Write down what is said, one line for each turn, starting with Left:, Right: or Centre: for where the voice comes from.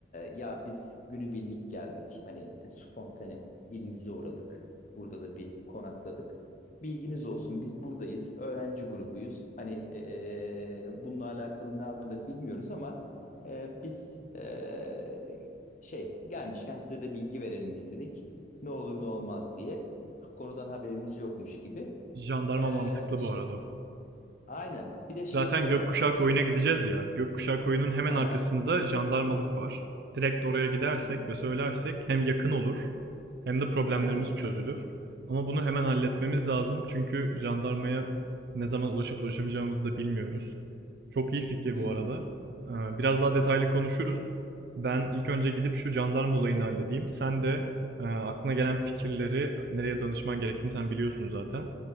Left: ya biz günübirlik geldik. Hani e, spontane ilinize uğradık. Burada da bir konakladık. Bilginiz olsun biz buradayız. Öğrenci grubuyuz. Hani ee, bununla alakalı ne yapılır bilmiyoruz ama ee, biz ee, şey gelmişken size de bilgi verelim istedik. Ne olur ne olmaz diye. Konudan haberimiz yokmuş gibi.
Right: Jandarma
Left: Ee,
Right: mantıklı bu arada.
Left: Aynen. Bir de şeyi
Right: Zaten
Left: sorarsın
Right: Gökkuşağı
Left: işte.
Right: Koyu'na gideceğiz ya. Gökkuşağı Koyu'nun hemen
Left: Hı
Right: arkasında
Left: hı.
Right: jandarmalık var. Direkt oraya gidersek
Left: Hı hı.
Right: ve söylersek hem yakın olur hem de problemlerimiz
Left: Hı hı.
Right: çözülür. Ama bunu hemen halletmemiz lazım çünkü jandarmaya ne zaman ulaşıp ulaşamayacağımızı da bilmiyoruz. Çok iyi fikir
Left: Hmm.
Right: bu arada. Ee, Biraz daha detaylı konuşuruz. Ben ilk önce gidip şu jandarma olayını halledeyim. Sen de e, aklına gelen fikirleri nereye danışman gerektiğini sen biliyorsun zaten.